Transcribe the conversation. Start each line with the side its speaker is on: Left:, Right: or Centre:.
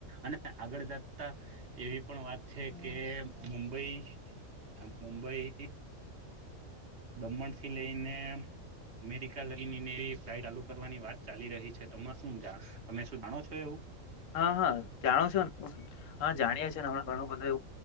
Right: અને આગળ જતા એવી પણ વાત છે કે મુંબઈ મુંબઈ દમણથી લઈને અમેરિકા લઈ ને એવી ફ્લાઇટ ચાલુ કરવાની વાત ચાલી રહી છે, તમાર શું જા તમે શું જાણો છો એવું
Left: હા હા જાણો છો ને હા જાણીએ ઘણું બધું એ